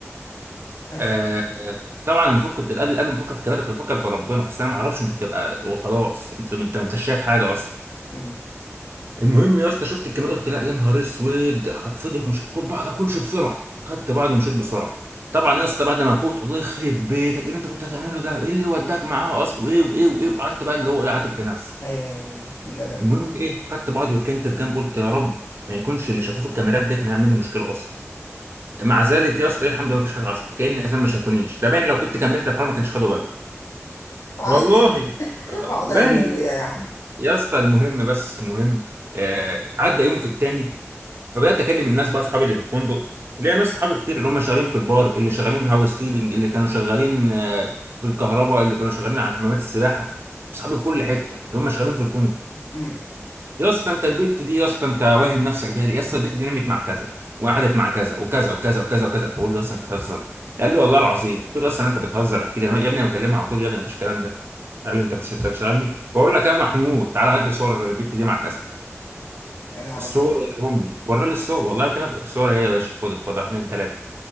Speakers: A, on the left; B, on the right.
A: أيوه
B: آه طبعا المفروض كنت قبل قبل ما افكر في الكلام ده كنت بفكر في ربنا بس انا ما اعرفش انت بتبقى وخلاص انت انت ما انتش شايف حاجه اصلا
A: مم.
B: المهم يا اسطى شفت الكاميرا قلت لا يا نهار اسود هتفضح ومش خد بعضك وامشي بسرعه خدت بعضي ومشيت بسرعه طبعا يا اسطى بعد ما فوت الله يخرب بيتك ايه اللي انت كنت هتعمله ده ايه اللي وداك معاه اصلا وايه وايه وايه وقعدت بقى اللي هو ايه عاتب في نفسي
A: أيوه أيوه أيوه الندم
B: المهم ايه خدت بعضي وركنت في جنب قلت يا رب ما يكونش اللي شافوه في الكاميرات ده يكون هيعمل لي ممثل مشكله اصلا مع ذلك يا اسطى إيه، الحمد لله مفيش حاجه حصلت وكان الناس ما شافونيش ده باين لو كنت كملت الحوار ما كانش خدوا بالهم
A: عادي
B: والله
A: بعضها
B: باين
A: أجنبية يا عم
B: يا اسطى المهم بس المهم آه عدى يوم في التاني فبدات اكلم الناس بقى اصحابي اللي في الفندق ليا ناس صحابي كتير اللي هم شغالين في البار اللي شغالين في هاوس كيبنج اللي كانوا شغالين آه في الكهرباء اللي كانوا شغالين على حمامات السباحه صحابي في كل حته اللي هم شغالين في الفندق
A: مم.
B: يا اسطى انت البت دي يا اسطى انت واهم نفسك بيها ليه؟ يا اسطى البت دي نمت مع كذا وقعدت مع كذا وكذا وكذا وكذا وكذا بقول له يا اسطى انت بتهزر قال لي والله العظيم قلت له اصلا انت بتهزر اكيد أنا- يا ابني أنا بكلمها على طول يا ابني مفيش الكلام ده قال لي انت بتش- أنت بتشتغلني بقول لك يا محمود تعالى هات لي صور البت دي مع كذا
A: يا نهار
B: الصور
A: أبيض
B: وريهم لي ورى لي الصور والله كان الصور هي يا باشا خد اتفضل واحد اتنين تلاته